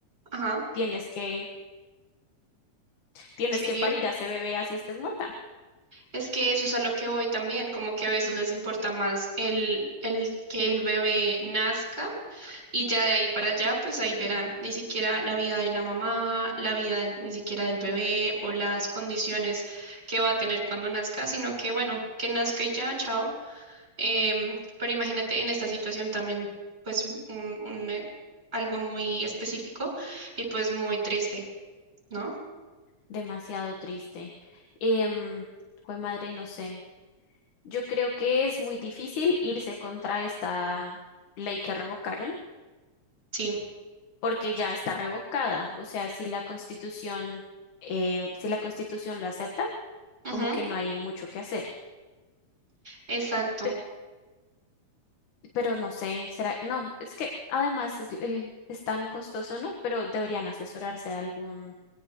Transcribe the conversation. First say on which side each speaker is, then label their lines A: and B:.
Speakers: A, on the right (about 20°); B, on the left (about 85°).
A: Ajá,
B: tienes que, tienes
A: seguir.
B: que parir a ese bebé así estés muerta.
A: Es que eso es a lo que voy también, como que a veces les importa más el, el que el bebé nazca y ya de ahí para allá, pues ahí verán, ni siquiera la vida de la mamá, la vida ni siquiera del bebé o las condiciones que va a tener cuando nazca, sino que bueno, que nazca y ya, chao. Em, pero imagínate en esta situación también, pues un, un, eh, algo muy específico y pues muy triste, ¿no?
B: Demasiado triste. Em, jue madre, no sé. Yo creo que es muy difícil irse contra esta ley que revocaron
A: Sí,
B: porque ya está revocada. O sea, si la Constitución, eh, si la Constitución lo acepta,
A: ujú,
B: como que no hay mucho que hacer.
A: exacto.
B: Pe- pero no sé, será, no, es que además es, el- es tan costoso, ¿no? Pero deberían asesorarse de algún,